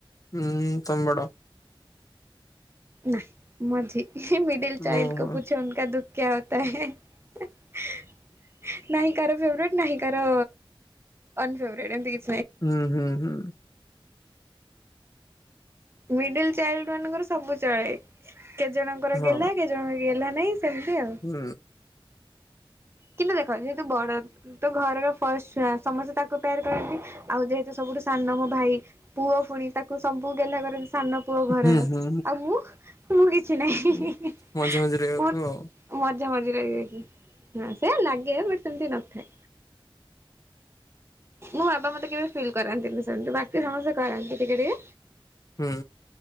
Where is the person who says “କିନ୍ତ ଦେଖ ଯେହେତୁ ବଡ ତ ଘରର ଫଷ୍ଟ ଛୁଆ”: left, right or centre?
Right